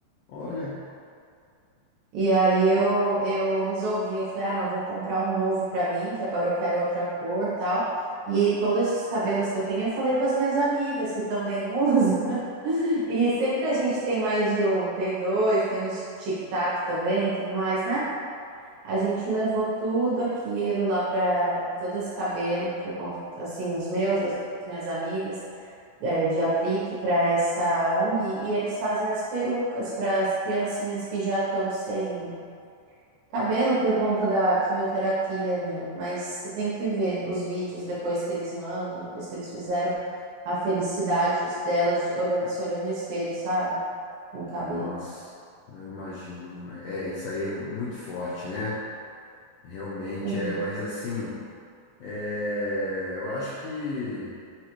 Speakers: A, on the left; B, on the right.
A: Olha,
B: E aí eu, eu resolvi, eu falei, ah, não, vou comprar um novo pra mim, que agora eu quero outra cor, tal. E todos esses cabelos que eu tenho, eu falei com as minhas amigas que também <laughs> usam. E sempre a gente tem mais de um, tem dois, tem um de tic-tac também, tudo mais, né? A gente levou tudo aquilo lá pra todo esse cabelo que eu con- assim, os meus, das minhas amigas, eh, de aplique para essa ONG, e eles fazem as perucas para as criancinhas que já estão sem Cabelo por conta da quimioterapia, meu, mas você tem que ver os vídeos depois que eles mandam, depois que eles fizeram a felicidade delas de- olhando, se olhando no espelho, sabe? Com o cabelo.
A: nossa, eu imagino. né? É, isso aí é muito forte, né? Realmente
B: Uhum.
A: é, mas assim, é, eu acho que